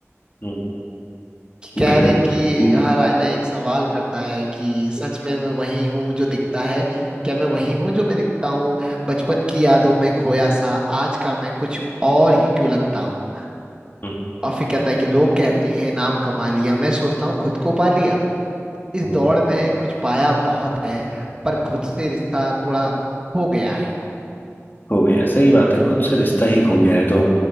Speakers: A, on the left (about 45°); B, on the right (about 20°).
A: हम्म,
B: कि
A: बिल्कुल
B: कह रहे हैं कि
A: न-
B: हर आईना एक सवाल करता है कि सच में मैं वही हूँ जो दिखता है क्या मैं वही हूँ जो मैं दिखता हूँ बचपन की यादों में खोया सा आज का मैं कुछ और ही क्यों लगता हूँ
A: हम्म,
B: और फिर कहता है कि लोग कहते हैं नाम कमा लिया मैं सोचता हूँ खुद को पा लिया इस
A: हम्म,
B: दौड़ में कुछ पाया बहुत है पर खुद से रिश्ता थोड़ा खो गया है
A: खो गया सही बात है खुद से रिश्ता ही खो गया है तो